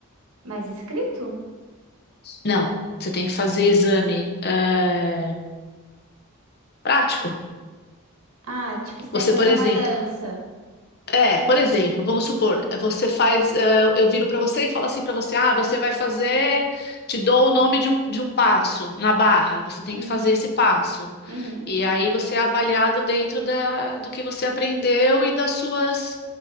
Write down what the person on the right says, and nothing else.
Mas escrito?
Ah, tipo, você tem
que fazer
uma dança.
Uhum,
uhum,